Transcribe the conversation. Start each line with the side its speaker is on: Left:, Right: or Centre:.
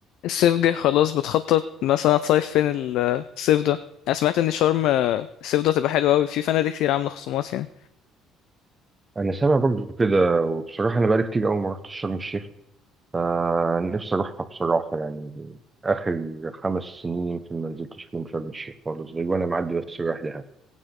Left: الصيف جه خلاص بتخطط مثلا هتصيف فين ال- الصيف ده انا سمعت ان شرم آه، الصيف ده تبقى حلوه قوي في فنادق كتير عامله خصومات يعني
Right: انا سامع برضو كده وبصراحه انا بقالي كتير قوي ما رحتش شرم الشيخ فنفسي اروحها بصراحه يعني اخر خمس سنين يمكن ما نزلتش فيهم شرم الشيخ خالص غير وانا معدي بس رايح دهب